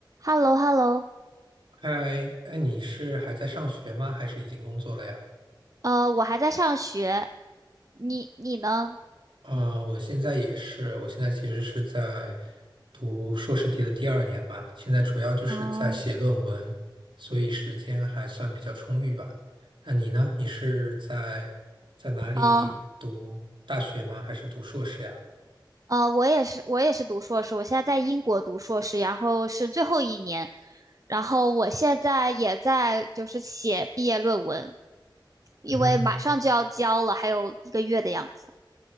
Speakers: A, on the right (about 45°); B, on the right (about 80°).
A: h e l l o h e l l o
B: 嗨，哎，你是还在上学吗？还是已经工作了呀？
A: 呃，我还在上学，你你呢？
B: 呃，我现在也是，我现在其实是在读硕士第的第二年吧，现在主要就是在写论文，
A: 哦，
B: 所以时间还算比较充裕吧。那你呢？你是在在哪里读大学吗？
A: 呃
B: 还是读硕士呀？
A: 呃，我也是，我也是读硕士，我现在在英国读硕士，然后是最后一年，然后我现在也在就是写毕业论文，因为马上就要交了，
B: 嗯，
A: 还有一个月的样子。